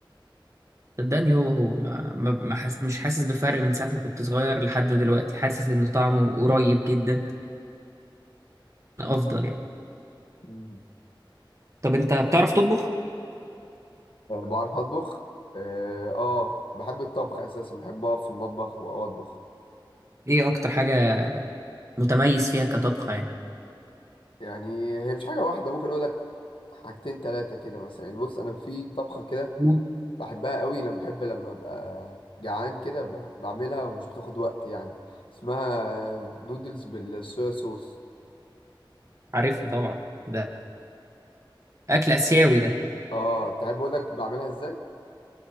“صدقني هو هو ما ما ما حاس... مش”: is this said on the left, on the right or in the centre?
Right